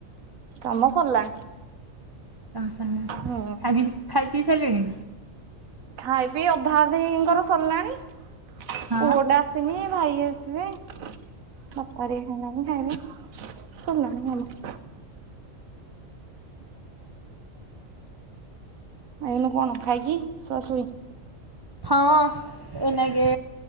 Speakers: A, on the right; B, on the right.
A: କାମ ସରିଲାଣୀ।
B: ତମ ସାଙ୍ଗରେ
A: ହଁ।
B: ଆଗିଚି ଖାଇ ପିଇ ସାରିଲେଣି?
A: ଖାଇ ପିଇ ଅଧା ଅଧିଙ୍କର ସରିଲାଣି
B: ହଁ
A: ପୁଅ ଟା ଆସିନି ଭାଇ ଆସିବେ ବାପା ହେରିକା ଖାଇନାହାନ୍ତୀ ଖାଇବେ। ସରିଲାଣି କାମ। ଏଇନୁ କଣ ଖାଇକି ଶୁଆ ଶୋଇଚି।
B: ହଁ ଏଇନାକେ